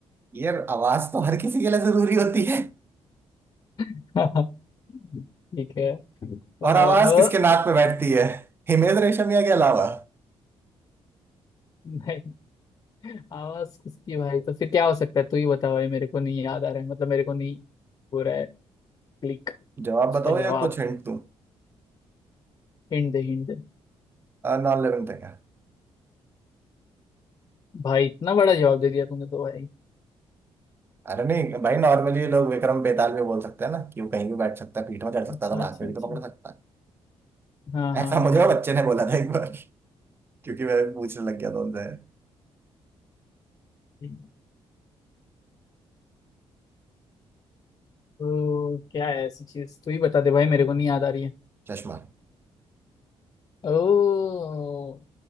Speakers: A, on the right; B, on the left.
A: यार आवाज तो हर किसी के लिए जरूरी होती है
B: <laughs> ठीक है अ,
A: और आवाज किसके नाक पे बैठती है हिमेश रेशमिया के अलावा
B: नहीं आवाज किसकी भाई तो फिर क्या हो सकता है तू ही बता भाई मेरे को नहीं याद आ रहा है मतलब मेरे को नहीं हो रहा है क्लिक
A: जवाब
B: उसका
A: बताओ
B: जवाब
A: या कुछ हिंट दूं?
B: हिंट दे हिंट दे
A: नॉन लिविंग थिंग है
B: भाई इतना बड़ा जवाब दे दिया तूने तो भाई
A: अरे नहीं भाई नॉर्मली लोग विक्रम बेताल भी बोल सकते हैं ना कि वो कहीं भी बैठ सकता है पीठ में चढ़ सकता
B: अच्छा
A: है तो नाक
B: अच्छा
A: पे भी
B: अच्छा
A: तो पकड़ सकता
B: हाँ
A: है
B: हाँ
A: ऐसा
B: हाँ
A: मुझे वो बच्चे ने बोला था एक बार क्योंकि मैं पूछने लग गया था उनसे
B: हाँ तो क्या है ऐसी चीज तू ही बता दे भाई मेरे को नहीं याद आ रही है
A: चश्मा
B: ओ